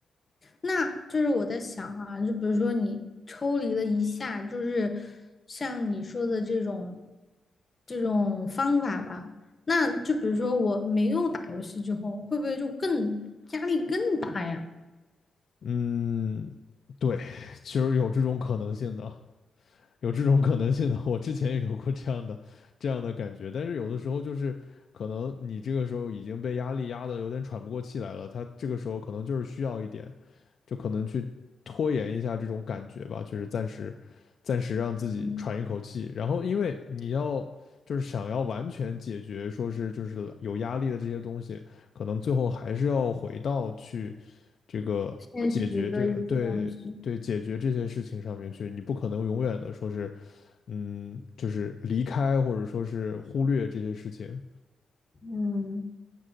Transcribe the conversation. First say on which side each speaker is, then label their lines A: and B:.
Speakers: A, on the left (about 30°); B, on the left (about 60°).
A: 那就是我在想啊，就比如说你抽离了一下，就是像你说的这种这种方法吧，那就比如说我没有打游戏之后，会不会就更压力更大呀？
B: 嗯，对，其实有这种可能性的，有这种可能性的。我之前也有过这样的这样的感觉，但是有的时候就是可能你这个时候已经被压力压得有点喘不过气来了，他这个时候可能就是需要一点。就可能去拖延一下这种感觉吧，就是暂时暂时让自己喘一口气。
A: 嗯，
B: 然后，因为你要就是想要完全解决，说是就是有压力的这些东西，可能最后还是要回到去这个解决这个对对解决这些事情上面去。
A: 现实的一些东西，
B: 你不可能永远的说是嗯，就是离开或者说是忽略这些事情。
A: 嗯。